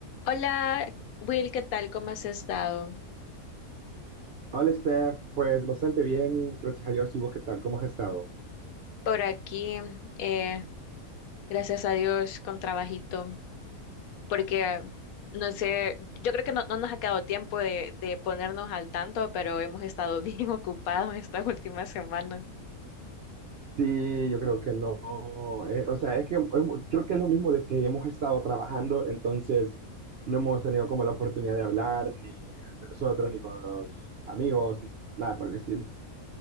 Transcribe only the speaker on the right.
Hola, Steph. Pues bastante bien, gracias a Dios. ¿Y vos qué tal? ¿Cómo has estado?
Sí, yo creo que no. eh, o sea, es que eh, creo que es lo mismo de que hemos estado trabajando, entonces no hemos tenido como la oportunidad de hablar ni entre nosotros, ni con los amigos, ni nada por el estilo.